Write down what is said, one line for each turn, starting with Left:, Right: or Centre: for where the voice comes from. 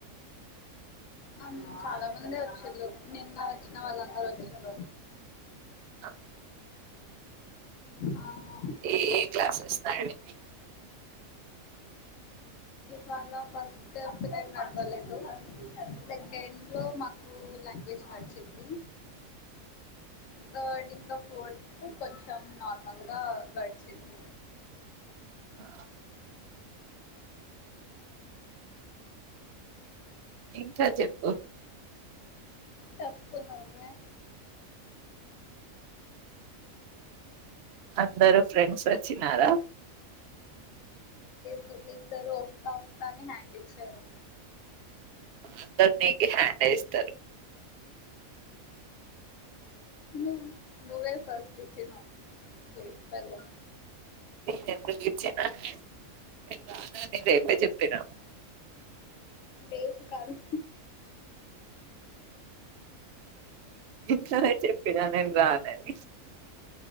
Left: అన్- చాలా మంది వచ్చిళ్ళు నిన్న వచ్చిన వాళ్ళందరు వచ్చిళు
Right: ఆ
Left: ఆ,
Right: ఏ ఏ క్లాసెస్ జరిగినీయ్
Left: వాళ ఫస్ట్ పీరేడ్ నెంబర్ లేదు, సెకండ్ లో మాకు లాంగ్వేజ్ గడిచింది థర్డ్ ఇంక ఫోర్త్ కొంచెం నార్మల్ గా గడిచింది.
Right: ఆ ఇంక చెప్పు
Left: చెప్పు నువ్వే
Right: అందరు ఫ్రెండ్స్ వచ్చినారా?
Left: దు ఇద్దరు వస్తా వస్తా అని హ్యాండ్ ఇచ్చారు.
Right: అందర్ నీకీ హ్యాండే ఇస్తరు.
Left: నువ్ నువ్వే ఫస్ట్ ఇచినవ్ వేస్ట్ ఫెల్లో
Right: నేను ఎందుకు ఇచ్చిన, నేను రానని రెత్రే చెప్పిన.
Left: వేపు కాదు
Right: నిన్ననే చెప్ నిన నేన్ రానని